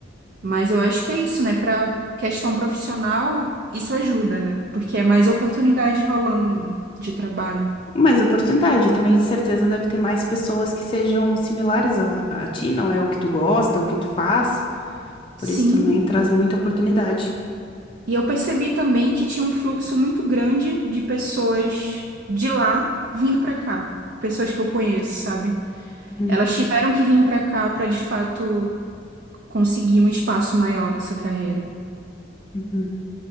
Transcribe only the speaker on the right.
Mas eu acho que é isso, né? Para questão profissional, isso ajuda, né? Porque é mais oportunidade rolando, né? De trabalho.
Sim.
E eu percebi também que tinha um fluxo muito grande de pessoas de lá vindo pra cá. Pessoas que eu conheço, sabe?
Elas tiveram que vir pra cá pra de fato conseguir um espaço maior nessa carreira.